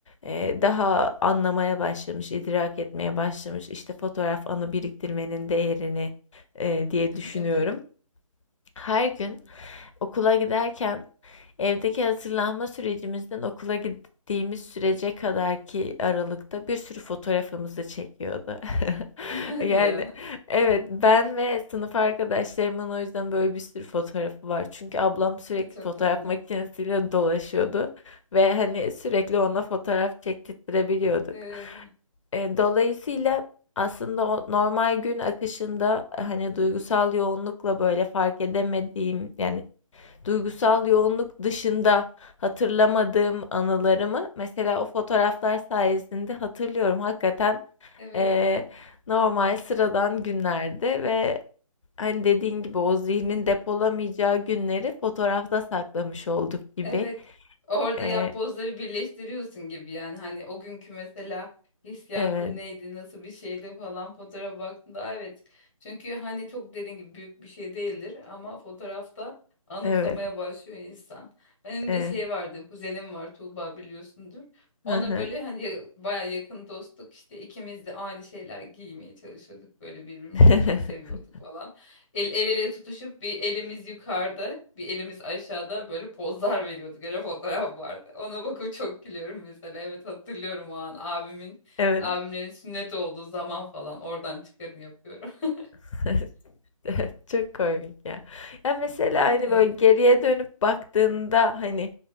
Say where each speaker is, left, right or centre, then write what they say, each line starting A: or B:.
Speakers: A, on the left (about 60°); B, on the left (about 30°).
A: E, daha anlamaya başlamış, idrak etmeye başlamış. İşte fotoğraf anı biriktirmenin değerini e, diye düşünüyorum.
B: Evet.
A: Her gün Okula giderken evdeki hazırlanma sürecimizden okula gittiğimiz sürece kadarki aralıkta bir sürü fotoğrafımızı çekiyordu. <laughs>
B: <laughs> Hadi
A: Yani
B: ya.
A: evet ben ve sınıf arkadaşlarımın o yüzden böyle bir sürü fotoğrafı var. Çünkü ablam sürekli
B: Ay, Çok
A: fotoğraf
B: tatlı.
A: makinesiyle dolaşıyordu ve hani sürekli ona fotoğraf çektirttirebiliyorduk.
B: Evet.
A: E, dolayısıyla aslında o normal gün akışında hani duygusal yoğunlukla böyle fark edemediğim yani Duygusal yoğunluk dışında hatırlamadığım anılarımı mesela o fotoğraflar sayesinde hatırlıyorum. Hakikaten,
B: Evet.
A: eee, normal sıradan günlerde ve hani dediğin gibi o zihnin depolamayacağı günleri fotoğrafta saklamış olduk gibi.
B: Evet. Orada
A: Eee,
B: yapbozları birleştiriyorsun gibi yani hani o günkü mesela hissiyatın
A: evet,
B: neydi nasıl bir şeydi falan fotoğrafa baktığında "Aa, evet. Çünkü hani çok dediğin gibi büyük bir şey değildir ama fotoğrafta anımsamaya
A: evet,
B: başlıyor insan. Benim
A: evet.
B: de şey vardı kuzenim var Tuğba biliyorsundur. Ona
A: Hı hı.
B: böyle hani ya- baya yakın dostluk işte ikimiz de aynı şeyler giymeye çalışıyorduk böyle birbirimizi
A: <laughs>
B: çok seviyorduk falan. El, el ele tutuşup bir elimiz yukarıda, bir elimiz aşağıda böyle pozlar veriyorduk. Öyle fotoğraf vardı. Ona bakıp çok gülüyorum mesela. Evet hatırlıyorum o an abimin,
A: Evet.
B: abimlerin sünnet olduğu zaman falan oradan çıkarım yapıyorum. <laughs>
A: <laughs> Çok komik ya. Ya mesela hani
B: Evet.
A: böyle geriye dönüp baktığında hani